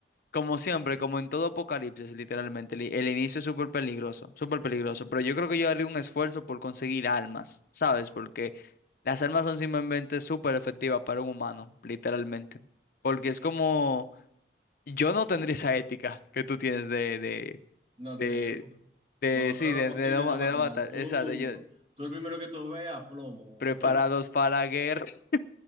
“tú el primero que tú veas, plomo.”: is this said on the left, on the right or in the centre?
Right